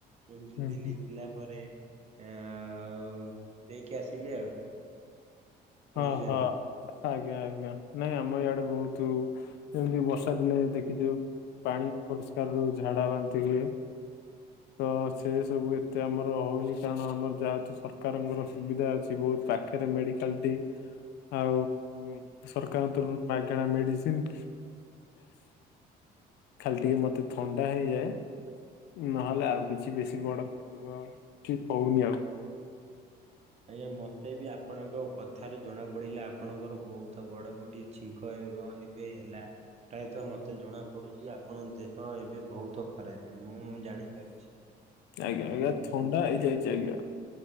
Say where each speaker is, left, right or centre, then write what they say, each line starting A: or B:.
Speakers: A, on the right (about 40°); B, on the left (about 80°).
A: ଏମିତି
B: ହୁଁ
A: ଦେଲି
B: ହୁଁ
A: ଦେଲା ପରେ ଆ-ଆ-ଆଉ ଦେଇକି ଆସିଲି ଆଉ। ବୁଝୁଛନ୍ତି।
B: ହଁ ହଁ। ଆଜ୍ଞା ଆଜ୍ଞା ନାଇଁ ଆମ ଇଆଡେ ବହୁତ ଏମିତି ବର୍ଷା ଦିନେ ଦେଖିଛୁ। ପାଣି ଅପରିଷ୍କାରରୁ ଝାଡା ବାନ୍ତି ହୁଏ। ତ ସେ ସବୁ ଏତେ ଆମର ହଉନି, କାରଣ ଆମର ଯାହେତୁ ସରକାରଙ୍କର ସୁବିଧା ଅଛି। ବହୁତ୍ ପାଖ୍ ପାଖେରେ ମେଡିକାଲ୍ ଟି, ଆଉ ସରକାରଙ୍କ ତରଫରୁ ମାଗଣା ମେଡିସିନ୍ ଖାଲି ଟିକେ ମତେ ଥଣ୍ଡା ହେଇଯାଏ। ନହେଲେ ଆଉ କିଛି ବେଶୀ ବଡ ବଡ଼ ରୋଗ ଠିକ୍ ହଉନି ଆଉ।
A: ଆଜ୍ଞା ମତେ ବି ଆପଣଙ୍କ କଥାରୁ ଜଣା ପଡିଲା, ଆପଣଙ୍କର ବହୁତ ବଡ ଗୋଟିଏ ଛିଙ୍କ <unintelligible> ଏବେ ହେଲା, ପ୍ରାୟତଃ ମତେ ଜଣା ପଡ଼ୁଚି ଆପ ଆପଣଙ୍କ ଦେହ ଏବେ ବହୁତ ଖରାପ, ମୁଁ ଜାଣିପାରୁଛି
B: ଆଜ୍ଞା
A: ଆଉ
B: ଆଜ୍ଞା ଥଣ୍ଡା ହେଇଯାଇଛି ଆଜ୍ଞା।